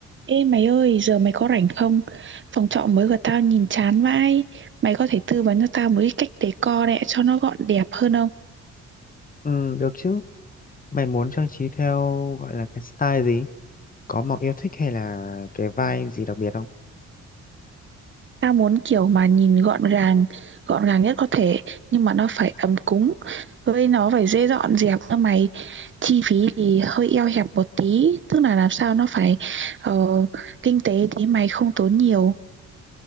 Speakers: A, on the right (about 40°); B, on the left (about 30°).
A: Ê mày ơi, giờ mày có rảnh không? Phòng trọ mới của tao nhìn chán vãi. Mày có thể tư vấn cho tao một cái cách decor đấy cho nó gọn đẹp hơn không?
B: Ừ, được chứ. Mày muốn trang trí theo gọi là cái style gì? Có màu yêu thích hay là cái vibe gì đặc biệt không?
A: Tao muốn kiểu mà nhìn gọn gàng, gọn gàng nhất có thể, nhưng mà nó phải ấm cúng. Với nó phải dễ dọn dẹp cơ mày. Chi phí thì hơi eo hẹp một tí, tức là làm sao nó phải ờ, kinh tế tí mày không tốn nhiều.